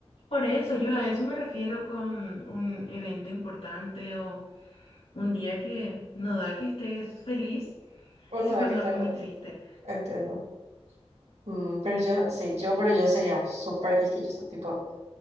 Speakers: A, on the left; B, on the right.
A: Por eso, yo a eso me refiero con un evento importante o un día que no da que estés feliz
B: Uno
A: si pasó
B: da que estar
A: algo muy
B: triste.
A: triste.
B: Entiendo. Mm, pero yo, sí, yo, pero yo sería súper quisquillosa, tipo.